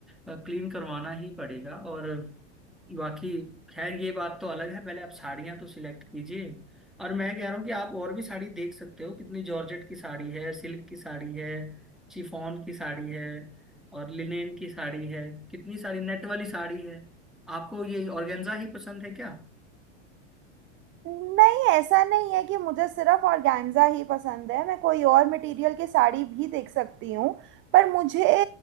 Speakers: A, in the centre; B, on the right.
A: क्लीन करवाना ही पड़ेगा और बाकी खैर ये बात तो अलग है पहले आप साड़ियाँ तो सिलेक्ट कीजिए और मैं कह रहा हूँ कि आप और भी साड़ी देख सकते हो कितनी जॉर्जेट की साड़ी है सिल्क की साड़ी है चिफॉन की साड़ी है और लिनेन की साड़ी है कितनी सारी नेट वाली साड़ी है आपको ये ऑर्गेन्जा ही पसंद है क्या
B: नहीं ऐसा नहीं है कि मुझे सिर्फ ऑर्गेन्जा ही पसंद है मैं कोई और मटेरियल की साड़ी भी देख सकती हूँ पर मुझे